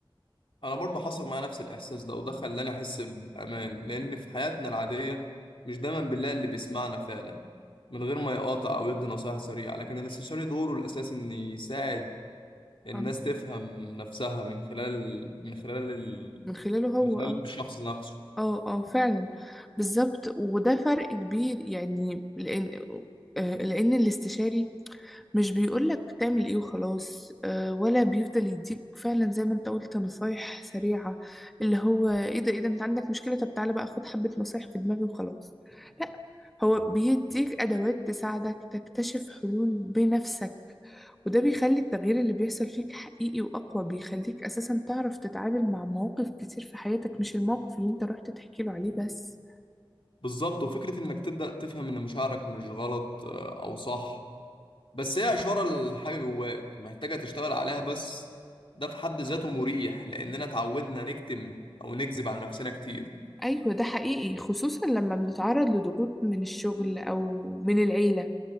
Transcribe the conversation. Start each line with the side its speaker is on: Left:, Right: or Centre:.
Left: أنا برضه حصل معايا نفس الإحساس ده وده خلاني أحس بأمان لأن في حياتنا العادية مش دايما بنلاقي اللي بيسمعنا فعلا من غير ما يقاطع أو يدي نصايح سريعة لكن الاستشاري دوره الأساسي إن يساعد الناس
Centre: آه،
Left: تفهم نفسها من خلال من خلال ال...
Centre: من خلاله
Left: من
Centre: هو
Left: خلال
Centre: اه
Left: الشخص نفسه
Centre: اه اه فعلا بالظبط وده فرق كبير يعني لان آه، لان الاستشاري مش بيقولك تعمل ايه وخلاص آه، ولا بيفضل يديك فعلا زي ما انت قلت نصايح سريعة اللي هو ايه ده ايه ده انت عندك مشكلة طب تعالى بقى خد حبة نصايح في دماغي وخلاص لا هو بيديك ادوات تساعدك تكتشف حلول بنفسك وده بيخلي التغيير اللي بيحصل فيك حقيقي واقوى بيخليك اساسا تعرف تتعامل مع مواقف كتير في حياتك مش الموقف اللي انت رحت تحكي له عليه بس
Left: بالظبط وفكرة إنك تبدأ تفهم إن مشاعرك مش غلط آه، أو صح بس هي إشارة لحاجة جواك محتاجة تشتغل عليها بس ده في حد ذاته مريح لأننا اتعودنا نكتم أو نكذب على نفسنا كتير
Centre: ايوه ده حقيقي خصوصا لما بنتعرض لضغوط من الشغل او من العيلة